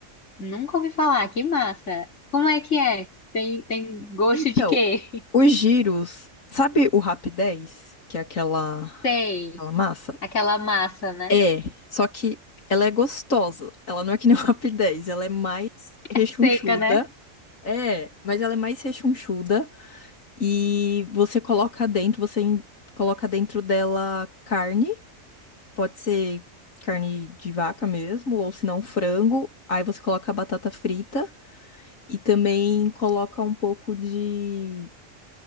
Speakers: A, on the left; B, on the left.
A: Nunca ouvi falar, que massa. Como é que é? Tem, tem gosto
B: Então,
A: de quê?
B: o gyros, sabe o rap 10, que é aquela,
A: <laughs> Sei,
B: aquela massa?
A: aquela massa, né?
B: É, só que ela é gostosa. Ela não é que nem o <laughs> rap 10, ela é mais rechonchuda.
A: É seca, né?
B: É, mas ela é mais rechonchuda. E você coloca dentro, você em- coloca dentro dela carne, pode ser carne de vaca mesmo, ou se não frango. Aí você coloca a batata frita e também coloca um pouco de.